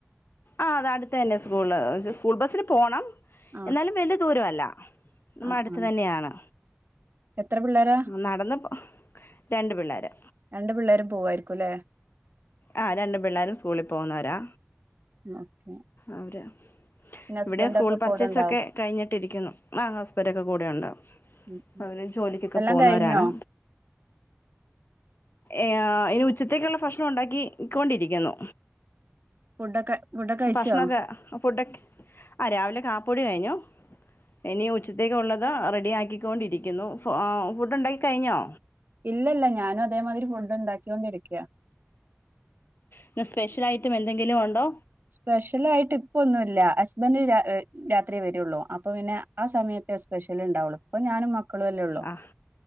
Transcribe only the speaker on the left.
ആഹ് അത് അട്ത്തെന്നെ സ്കൂള് ച്ച സ്കൂള് ബസ്ന് പോണം
എന്നാലും വല്ല്യ ദൂര അല്ല നമ്മ
അട്ത്ത്
തന്നെയാണ്
നടന്ന് രണ്ട് പിള്ളേര്
ആഹ് രണ്ടും പിള്ളേരും സ്കൂളി പോവുന്നവരാ
അവര്
ഇവിടെ സ്കൂൾ
പർച്ചേസൊക്കെ
കഴിഞ്ഞിട്ടിരിക്കുന്നു ആഹ് ഹസ്ബന്റോക്കെ കൂടെ ഉണ്ടാവും
അവര് ജോലിക്കൊക്കെ
പോന്നോരാണ്.
ഏഹ് ആഹ് അയ്ന് ഉച്ചത്തേനുള്ള ഭക്ഷണം ഒണ്ടാ- ക്കി ക്കോണ്ടിരിക്കുന്നു.
ഭക്ഷണൊക്കെ ഫുഡൊക്കെ ആഹ് രാവിലെ കാപ്പുടി കൈഞ്ഞു. ഇനി ഉച്ചത്തേക്കുള്ളത് റെഡിയാക്കിക്കോണ്ടിരിക്കുന്നു. ഫു എഹ് ഫുഡുണ്ടാക്കി കഴിഞ്ഞോ?
ഇന്ന് സ്പെഷ്യലൈറ്റം എന്തെങ്കിലും ഒണ്ടോ?
ആ